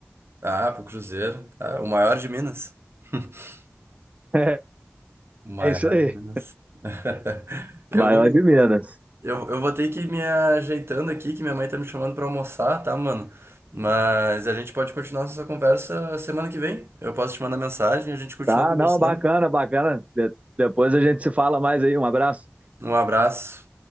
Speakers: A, on the right; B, on the right.
A: Ah, pro Cruzeiro. Ah, o maior de Minas. <laughs>
B: <laughs>
A: O maior
B: É, isso aí.
A: de Minas. <laughs> Eu
B: Maior
A: vou.
B: de Minas.
A: Eu, eu vou ter que ir me ajeitando aqui, que minha mãe tá me chamando pra almoçar, tá, mano? Mas a gente pode continuar essa conversa semana que vem. Eu posso te mandar mensagem, a gente continua
B: Tá,
A: conversando.
B: não, bacana, bacana. De- depois a gente se fala mais aí. Um abraço.
A: Um abraço.